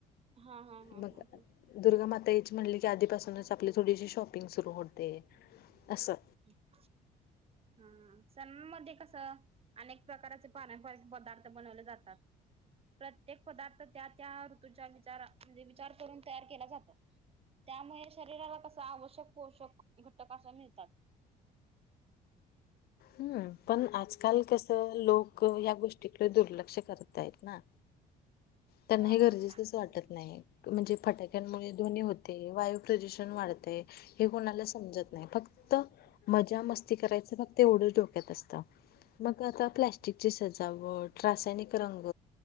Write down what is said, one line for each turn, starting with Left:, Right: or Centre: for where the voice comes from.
Right: हा, हा, हा,
Left: मग
Right: हा, ह
Left: दुर्गा माता याची म्हणली की, आधीपासूनच आपली थोडीशी शॉपिंग सुरू होते, असं
Right: <inaudible> हंम हं, सनाणंमध्ये कसं, अनेक प्रकारचे पारंपरिक पदार्थ बनवले जातात. प्रत्येक पदार्थ त्या त्या ऋतूच्या विचारा म्हणजे विचार करून तयार केला जातो. त्यामुळे शरीराला कसं, आवश्यक पोषक घटक असं मिळतात.
Left: हम्म, पण आजकाल कसं, लोकं या गोष्टीकडे दुर्लक्ष करतायत ना? त्यांना
Right: हा
Left: हे
Right: हा
Left: गरजेचंच
Right: हा हा
Left: वाटत नाही म्हणजे फटाक्यांमुळे दोन्ही होते वायू प्रदूषण वाढतंय हे कोणाला समजत नाही, फक्त मजा मस्ती करायचं, फक्त एवढंच डोक्यात असतं. मग आता, प्लॅस्टिकची सजावट, रासायनिक रंग,